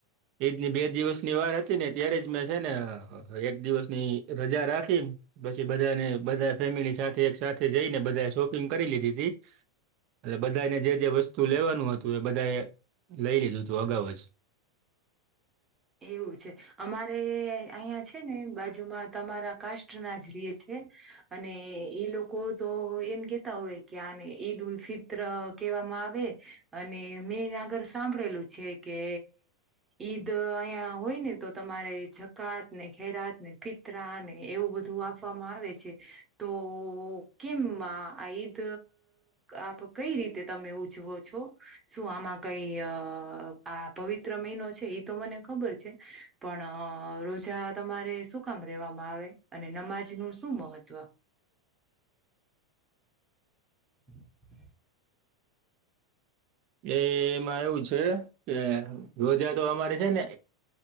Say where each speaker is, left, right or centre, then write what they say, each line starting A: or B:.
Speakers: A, on the right; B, on the right.
A: એજની બે દિવસ ની વાર હતી ને ત્યારે જ મેં છે ને એક દિવસ ની રજા રાખી પછી બધાને બધા ફેમિલી સાથે એક સાથે જઈને બધાએ શોપિંગ કરી લીધી હતી એટલે બધાને જે જે વસ્તુ લેવાનું હતું એ બધા એ લઈ લીધું હતું અગાઉ જ
B: એવું છે. અમારે અહિયાં છે, ને બાજુમાં તમારા કાસ્ટ ના જ રેય છે. અને એઈ લોકો તો એમ કેતા હોય કે આને ઈદ ઉલ ફિત તર કેવામાં આવે અને મેં આગળ સાંભળેલું છે કે ઈદ અયા હોય ને તો તમારે જકાત ને ખેરાત ને ફિતરા ને એવું બધું આપ વામાં આવે છે. તો કેમ આ ઈદ આપ કઈ રીતે તમે ઉજવો છો? શું આમાં કઈ આ પવિત્ર મહિનો છે, એ તો મને ખબર છે પણ રોજા તમારે શું કામ રેવામાં આવે અને નમાજ નું શું મહત્વ? <inaudible>
A: એમાં એવું છે, કે રોજા તો અમારે છે ને